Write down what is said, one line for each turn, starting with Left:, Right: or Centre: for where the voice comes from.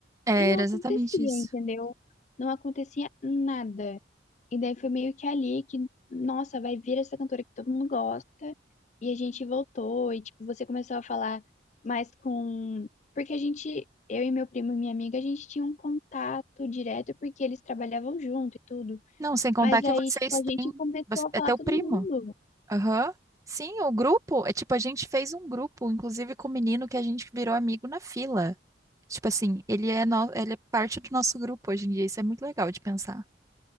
Right: É,
Left: E não
Right: era
Left: acontecia,
Right: exatamente isso.
Left: entendeu? Não acontecia nada. E daí foi meio que ali que, nossa, vai vir essa cantora que todo mundo gosta. E a gente voltou, e tipo, você começou a falar mais com. Porque a gente, eu e meu primo e minha amiga, a gente tinha um contato direto porque eles trabalhavam junto e tudo.
Right: Não, sem contar
Left: Mas
Right: que
Left: aí,
Right: vocês
Left: tipo, a
Right: têm.
Left: gente começou
Right: você-
Left: a
Right: É
Left: falar
Right: teu
Left: todo
Right: primo.
Left: mundo.
Right: Aham. Sim, o grupo. É tipo, a gente fez um grupo, inclusive com o menino que a gente virou amigo na fila. Tipo assim, ele é, no... ele é parte do nosso grupo hoje em dia. Isso é muito legal de pensar.